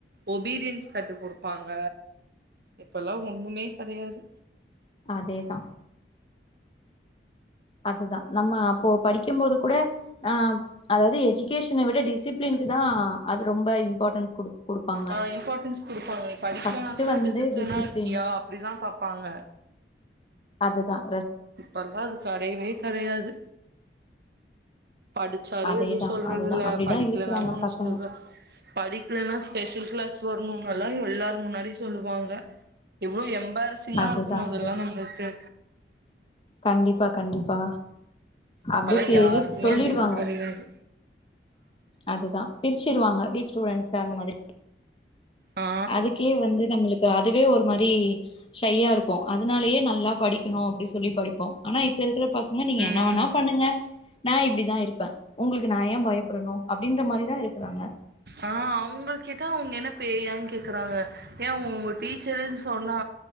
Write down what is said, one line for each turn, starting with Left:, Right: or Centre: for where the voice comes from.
Right: ஒபிடியன்ஸ் கத்து குடுப்பாங்க இப்பெல்லாம் ஒண்ணுமே கிடையாது.
Left: அதேதான். அதுதான் நம்ம அப்போ படிக்கும் போது கூட ஆஹ் அதாவது எஜுகேஷனைவிட டிசிப்ளின்கு தான் அது ரொம்ப இம்பார்ட்டன்ஸ் குடு குடுப்பாங்க
Right: ஆஹ் இம்பார்ட்டன்ஸ் குடுப்பாங்க நீ படிக்கலனா
Left: ஃபர்ஸ்ட்
Right: கூட
Left: வந்து
Right: டிசிப்ளினா
Left: டிசிப்ளின்
Right: இருக்கியா அப்படிதான் பாப்பாங்க.
Left: அதுதான்.
Right: இப்பலாம் அது கடையவே கடையாது. படிச்சாலும்
Left: அதேதா
Right: எதுவும் சொல்றது
Left: அதுதா
Right: இல்ல
Left: அப்டிதா
Right: படிக்கலனாலும்
Left: இருக்குறாங்க
Right: ஒண்ணும்
Left: பசங்க
Right: சொல் படிக்கலன்னா ஸ்பெஷல் கிளாஸ் சொரணும் எல்லாம் எல்லாரும் முன்னாடி சொல்லுவாங்க இவ்வளோ எ பரிசிங்கா
Left: அதுதா
Right: இருக்கும் அதெல்லாம்
Left: அது
Right: நம்மளுக்கு.
Left: கண்டிப்பா கண்டிப்பா. அப்படிய
Right: இப்பல்லா
Left: டி
Right: யாருக்குமே
Left: சொல்லிடுவாங்க
Right: அந்த இது கெடையாது
Left: அதுதான் பிரிச்சிருவாங்க வீக் ஸ்டூடெண்ட்ஸ் அந்த மாதிரி.
Right: ஆ
Left: அதுக்கே வந்து நம்மளுக் அதுவே ஒரு மாதிரி சையா இருக்கும் அதனாலயே நல்லா படிக்கணும் அப்படி சொல்லி படிப்போம் ஆனா இப்ப இரு இப் பசங்க நீங்க
Right: ம்
Left: என்ன வேணா பண்ணுங்க. நான் இப்படிதான் இருப்பேன் உங்களுக் நான் ஏன் பயப்படணும் அப்படின்ற மாதிரிதான் இருக்கிறாங்க.
Right: ஆ அவங்கள கேட்டா அவங்க என்ன பேயான் கேக்குறாங்க. ஏன் உங்க டீச்சருன் சொன்னா